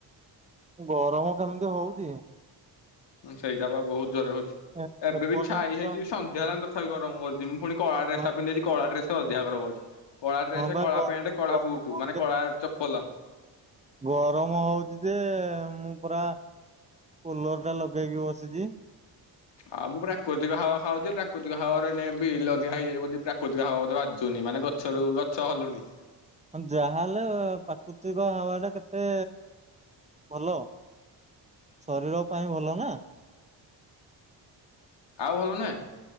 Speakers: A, on the right (about 15°); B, on the left (about 70°).
A: ଗରମ କେମିତି ହଉଛି?
B: ସେଇଟା ବା ବହୁତ ଜୋରରେ ହଉଛି
A: ଏ
B: ଏବେ
A: ଏପର୍ଯ୍ୟନ୍ତ
B: ବିି ଛାଇ ହେଇଛି
A: ତ
B: ସନ୍ଧ୍ୟା ହେଲାଣି ତଥାପି ଗରମ କରୁଛି ମୁଁ ପୁଣି କଳା ଡ୍ରେସ୍
A: ହଁ
B: ଟା ପିନ୍ଧିଦେଇଛି କଳା ଡ୍ରେସ୍ ରେ ଅଧିକା ଗରମ ହଉଛି । କଳା ଡ୍ରେସ
A: ହଁ ବା
B: କଳା
A: ଗରମ
B: ପ୍ୟାଣ୍ଟ କଳା
A: ଗରମ
B: ବୁଟ
A: ହଉଛି
B: ମାନେ କଳା ଚପଲ ।
A: ଗରମ ହଉଚି ଯେ ମୁଁ ପୁରା କୂଲରଟା ଲଗେଇକି ବସିଛି ।
B: ଆଉ ମୁଁ ପ୍ରାକୃତିକ ହାଉଆ ଖାଉଛି ପ୍ରାକୃତିକ ହାଉଆ ଏଇନେ ବିଲ ଅଧିକା ହେଇଯାଇଛି ବୋଲି ପ୍ରାକୃତିକ ହଉଆ ବାଜୁନି । ମାନେ ଗଛରୁ ଗଛ ହଲୁଣିି
A: ଯାହାହେଲେ ପ୍ରାକୃତିକ ହାଉଆଟା କେତେ ଭଲ ଶରୀର ପାଇଁ ଭଲ ନା।
B: ଆଉ ଭଲ ନୁହେଁ